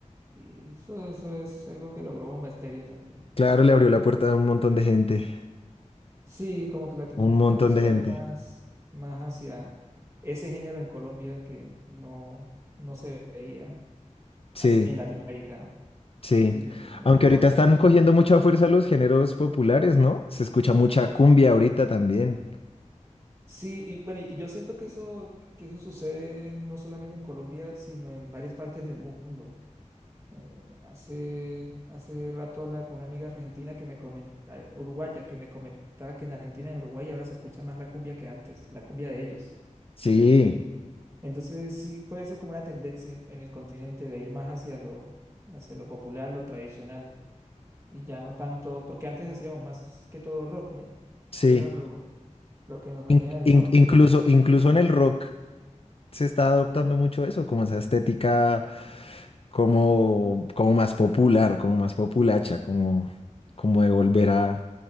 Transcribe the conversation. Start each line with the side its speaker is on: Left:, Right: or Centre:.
Right: Y eso, eso es algo que logró un Mysterio también.
Left: claro, le abrió la puerta a un montón de gente,
Right: Sí, como que Latinoamérica
Left: un montón
Right: empezó
Left: de gente,
Right: a ver más, más hacia ese género en Colombia que no, no se veía
Left: sí,
Right: así, en Latinoamérica, ¿no?
Left: sí.
Right: Y Latinoamérica
Left: Aunque ahorita
Right: volteó.
Left: están cogiendo mucha fuerza los géneros populares, ¿no? Se escucha mucha cumbia ahorita también,
Right: Sí, y bueno, y yo siento que eso, que eso sucede no solamente en Colombia, sino en varias partes del mundo. Eh, hace, hace rato hablaba con una amiga argentina que me comentaba, uruguaya, que me comentaba que en Argentina y en Uruguay ahora se escucha más la cumbia que antes, la cumbia de ellos.
Left: sí,
Right: En- Entonces sí puede ser como una tendencia en el continente de ir más hacia lo, hacia lo popular, lo tradicional, y ya no tanto, porque antes hacíamos más que todo rock, ¿no?
Left: sí.
Right: Que era lo, lo que nos venía
Left: In-
Right: del
Left: in-
Right: norte.
Left: incluso, incluso en el rock se está adoptando mucho eso, como esa estética. como, como más popular, como más populacha, como, como de volver a,